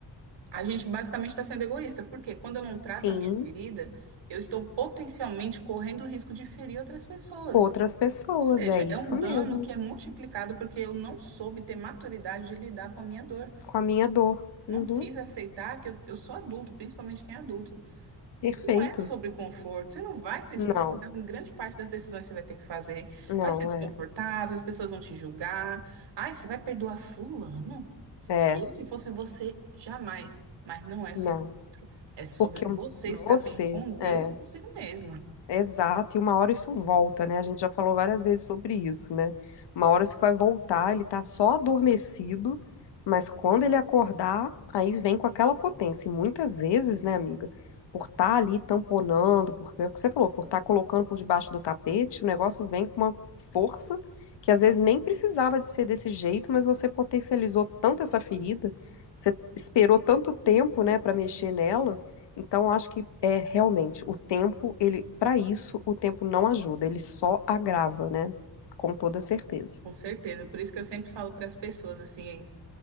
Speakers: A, on the right; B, on the left.
A: a gente basicamente está sendo egoísta, porque quando eu não trato
B: Sim,
A: a minha ferida, eu estou potencialmente correndo o risco de ferir outras pessoas.
B: outras pessoas,
A: Ou seja,
B: é isso
A: é um
B: mesmo,
A: dano que é multiplicado porque eu não soube ter maturidade de lidar com a minha dor.
B: com a minha dor.
A: Não
B: Uhum,
A: quis aceitar que eu, eu sou adulto, principalmente quem é adulto.
B: perfeito.
A: Não é sobre conforto. Você não vai se sentir
B: Não,
A: confortável em grande parte das decisões que você vai ter que fazer.
B: não,
A: Vai ser desconfortável,
B: é,
A: as pessoas vão te julgar. Ai, você vai perdoar fulano?
B: é,
A: Eu, se fosse você, jamais. Mas não é sobre
B: não.
A: o outro. É sobre
B: Porque eu-
A: você
B: você,
A: estar bem com Deus
B: é.
A: e consigo mesma.
B: Exato, e uma hora isso volta, né? A gente já falou várias vezes sobre isso, né? Uma hora isso vai voltar, ele tá só adormecido, mas quando ele acordar, aí vem com aquela potência. E muitas vezes, né, amiga, por estar ali tamponando, porque é o que você falou, por estar colocando por debaixo do tapete, o negócio vem com uma força que às vezes nem precisava de ser desse jeito, mas você potencializou tanto essa ferida, você esperou tanto tempo, né, para mexer nela então, eu acho que é realmente o tempo, ele, para isso, o tempo não ajuda, ele só agrava, né? Com toda certeza.
A: Com certeza. Por isso que eu sempre falo para as pessoas assim.